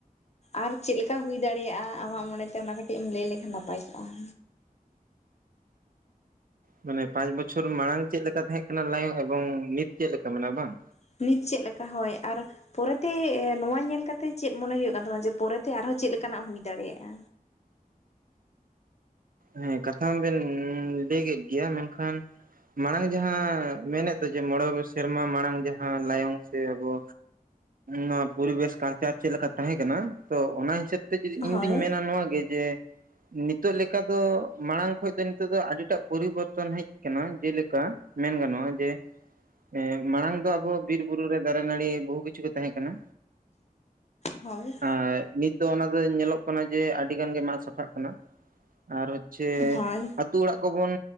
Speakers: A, on the left; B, on the right.
A: ᱟᱨ ᱪᱮᱫ ᱞᱮᱠᱟ ᱦᱩᱭ ᱫᱟᱲᱮᱭᱟᱜᱼᱟ᱾ ᱟᱢᱟᱜ ᱢᱚᱱᱮᱛᱮ ᱚᱱᱟ ᱠᱟᱹᱴᱤᱡ ᱮᱢ ᱞᱟᱹᱭ ᱞᱮᱠᱷᱟᱱ ᱱᱟᱯᱟᱭ ᱠᱚᱜᱼᱟ᱾
B: ᱢᱟᱱᱮ ᱯᱟᱸᱪ ᱵᱚᱪᱷᱚᱨ ᱢᱟᱲᱟᱝ ᱪᱮᱫ ᱞᱮᱠᱟ ᱛᱟᱦᱮᱸ ᱠᱟᱱᱟ ᱞᱟᱭ <unintelligible> ᱮᱵᱚᱝ ᱱᱤᱛ ᱪᱮᱫᱮ ᱞᱮᱠᱟ ᱢᱮᱱᱟᱜᱼᱟ᱾ ᱵᱟᱝ?
A: <unintelligible> ᱪᱮᱫ ᱞᱮᱠᱟ ᱦᱚᱭ ᱾ᱟᱨ ᱯᱚᱨᱮᱛᱮ ᱱᱚᱣᱟ ᱧᱮᱞ ᱠᱟᱛᱮᱜ ᱪᱮᱫ ᱢᱚᱱᱮ ᱦᱳᱭᱳᱜ ᱠᱟᱱ ᱛᱟᱢᱟ᱾ ᱡᱮ ᱯᱚᱨᱮᱛᱮ ᱟᱨᱦᱚᱸ ᱪᱮᱫ ᱞᱮᱠᱟᱱᱟᱜ ᱦᱩᱭ ᱫᱟᱲᱮᱭᱟᱜᱼᱟ᱾
B: ᱦᱮᱸ ᱠᱟᱛᱷᱟ ᱦᱚᱸ ᱵᱤᱱ ᱞᱟᱹᱭ ᱠᱮᱫ ᱜᱮᱭᱟ᱾ ᱢᱮᱱᱠᱷᱟᱱᱼᱼ ᱢᱟᱲᱟᱝ ᱡᱟᱦᱟᱸ ᱢᱮᱱᱮᱫ ᱫᱚ ᱡᱮ, ᱢᱚᱬᱮ ᱥᱮᱨᱢᱟ ᱢᱟᱲᱟᱝ ᱡᱟᱦᱟᱸ ᱞᱟᱭᱚᱝ ᱥᱮ ᱟᱵᱚᱼᱼ ᱱᱚᱶᱟ ᱯᱚᱨᱤᱵᱮᱥ ᱠᱟᱞᱪᱟᱨ ᱪᱮᱫ ᱞᱮᱠᱟ ᱛᱟᱦᱮᱸ ᱠᱟᱱᱟ᱾ ᱛᱚ ᱚᱱᱟ ᱦᱤᱥᱟᱹᱵᱽᱼᱼ <unintelligible> ᱡᱮ ᱤᱧ
A: ᱦᱳᱭ
B: ᱫᱩᱧ ᱢᱮᱱᱟ ᱱᱚᱣᱟᱜ ᱜᱮ ᱡᱮ, ᱱᱤᱛᱚᱜ ᱞᱮᱠᱟ ᱫᱚ ᱢᱟᱲᱟᱝ ᱠᱷᱚᱱ ᱫᱚ <unintelligible> ᱱᱤᱛᱚᱜ ᱫᱚ ᱟᱹᱰᱤᱴᱟᱜ ᱯᱚᱨᱤᱵᱚᱨᱛᱚᱱ ᱦᱮᱡ ᱟᱠᱟᱱᱟ᱾ ᱡᱮᱞᱮᱠᱟ ᱢᱮᱱ ᱜᱟᱱᱚᱜᱼᱟ ᱡᱮᱼᱼ ᱮᱸᱜ ᱢᱟᱲᱟᱝ ᱫᱚ ᱟᱵᱚ ᱵᱤᱨ ᱵᱩᱨᱩ ᱨᱮ ᱫᱟᱨᱮ ᱱᱟᱹᱲᱤ, ᱵᱚᱦᱩ ᱠᱤᱪᱷᱩ ᱜᱮ ᱛᱟᱦᱮᱸ ᱠᱟᱱᱟ᱾
A: ᱦᱳᱭ᱾
B: ᱟᱨ ᱱᱤᱛ ᱫᱚ ᱚᱱᱟ ᱫᱚ ᱧᱮᱞᱚᱜ ᱠᱟᱱᱟ ᱡᱮ, ᱟᱹᱰᱤ ᱜᱟᱱ ᱜᱮ ᱢᱟᱜ ᱥᱟᱯᱷᱟᱜ ᱠᱟᱱᱟ᱾ ᱟᱨ ᱦᱚᱪᱷᱮ
A: ᱦᱳᱭ
B: ᱟᱹᱛᱩ ᱚᱲᱟᱜ ᱠᱚᱵᱚᱱ,